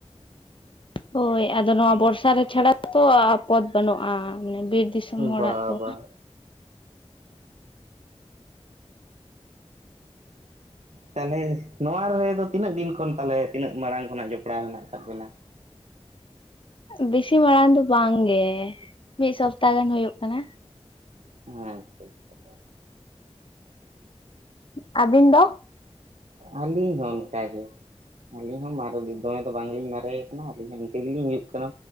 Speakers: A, on the left (about 50°); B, on the right (about 80°).
A: ᱦᱳᱭ, ᱟᱫᱚ ᱱᱚᱣᱟ ᱵᱚᱨᱥᱟ ᱨᱮ ᱪᱷᱟᱲᱟ ᱛᱚ ᱯᱚᱛ ᱵᱟᱹᱱᱩᱜᱼᱟ᱾ ᱢᱟᱱᱮ ᱵᱤᱨ ᱫᱤᱥᱚᱢ ᱦᱚᱲ
B: ᱵᱟᱵᱟ
A: ᱟᱜ ᱫᱚ᱾
B: ᱛᱟᱦᱚᱞᱮ ᱱᱚᱣᱟ ᱨᱮ ᱫᱚ ᱛᱤᱱᱟᱹᱜ ᱫᱤᱱ ᱠᱷᱚᱱ ᱛᱟᱦᱚᱞᱮ ᱛᱤᱱᱟᱹᱜ ᱢᱟᱲᱟᱝ ᱠᱷᱚᱱᱟᱜ ᱡᱚᱯᱲᱟᱣ ᱦᱮᱱᱟᱜ ᱟᱠᱟᱫ ᱵᱤᱱᱟ?
A: ᱵᱤᱥᱤ ᱢᱟᱲᱟᱝ ᱫᱚ ᱵᱟᱝ ᱜᱮ᱾ ᱢᱤᱫ ᱥᱚᱯᱛᱟᱦ ᱜᱟᱱ ᱦᱳᱭᱳᱜ ᱠᱟᱱᱟ᱾
B: ᱟᱪᱪᱷᱟ ᱟᱪᱪᱷᱟ᱾
A: ᱟᱹᱵᱤᱱ ᱫᱚ?
B: ᱟᱹᱞᱤᱧ ᱦᱚᱸ ᱚᱱᱠᱟ ᱜᱮ᱾ ᱟᱹᱞᱤᱧ ᱦᱚᱸ ᱢᱟᱨᱮ ᱫᱚᱢᱮ ᱫᱚ ᱵᱟᱝ ᱞᱤᱧ ᱢᱟᱨᱮ ᱠᱟᱱᱟ, ᱟᱹᱞᱤᱧ ᱦᱚᱸ ᱤᱱᱠᱟᱹ ᱜᱮ ᱞᱤᱧ ᱦᱩᱡᱩᱜ ᱠᱟᱱᱟ᱾